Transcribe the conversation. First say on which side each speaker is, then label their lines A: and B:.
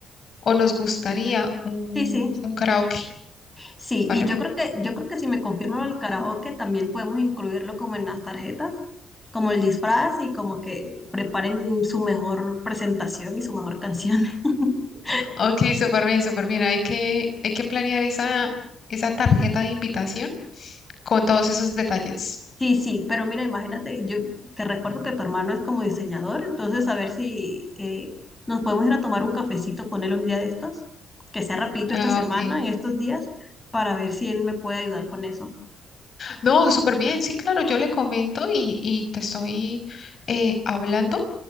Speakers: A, on the left; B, on the left.
A: o nos gustaría un,
B: Sí, sí,
A: un karaoke,
B: sí,
A: ¿vale?
B: y yo creo que, yo creo que si me confirman el karaoke, también podemos incluirlo como en las tarjetas, como el disfraz y como que preparen su mejor presentación y su mejor canción. <laughs>
A: Ok, súper bien, súper bien. Hay que, hay que planear esa, esa tarjeta de invitación con todos esos detalles.
B: Sí, sí, pero mira, imagínate, yo te recuerdo que tu hermano es como diseñador, entonces a ver si eh, nos podemos ir a tomar un cafecito con él un día de estos, que sea rapidito
A: Ah,
B: esta semana,
A: ok.
B: en estos días, para ver si él me puede ayudar con eso.
A: No, súper bien. Sí, claro, yo le comento y, y te estoy eh, hablando